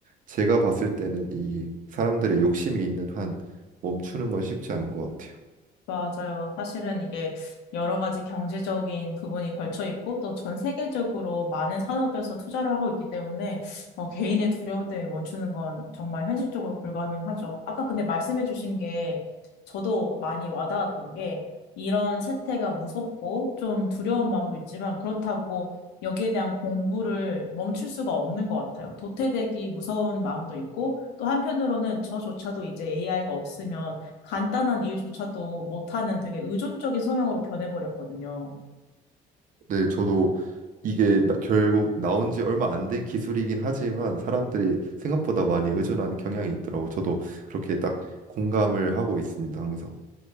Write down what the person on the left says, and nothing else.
맞아요. 사실은 이게 여러 가지 경제적인 부분이 걸쳐 있고 또 전 세계적으로 많은 산업에서 투자를 하고 있기 때문에 어, 개인의 두려움 때문에 멈추는 건 정말 현실적으로 불가능하죠. 아까 근데 말씀해 주신 게 저도 많이 와닿았던 게 이런 세태가 무섭고 좀 두려운 마음도 있지만 그렇다고 여기에 대한 공부를 멈출 수가 없는 것 같아요. 도태되기 무서운 마음도 있고 또 한편으로는 저조차도 이제 AI가 없으면 간단한 일조차도 못하는 되게 의존적인 성향으로 변해버렸거든요.